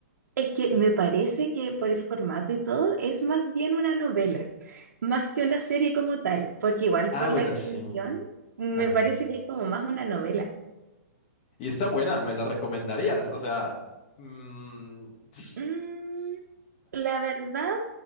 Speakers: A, on the right; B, on the left.
A: Es que me parece que por el formato y todo es más bien una novela, más que una serie como tal, porque igual
B: Ah,
A: por
B: bueno,
A: la extensión
B: sí.
A: me
B: Ajá.
A: parece que es como más una novela.
B: Y está buena, me la recomendarías. O sea, mm, s-
A: Mm, la verdad,